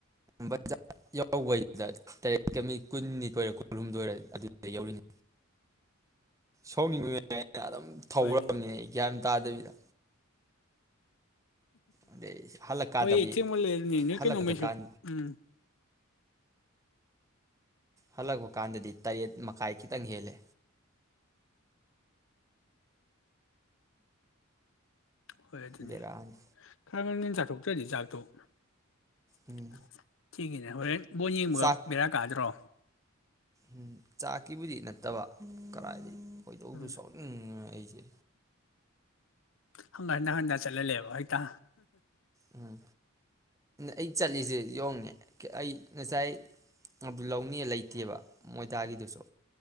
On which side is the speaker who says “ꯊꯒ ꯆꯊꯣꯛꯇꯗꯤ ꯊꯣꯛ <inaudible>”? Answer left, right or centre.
Left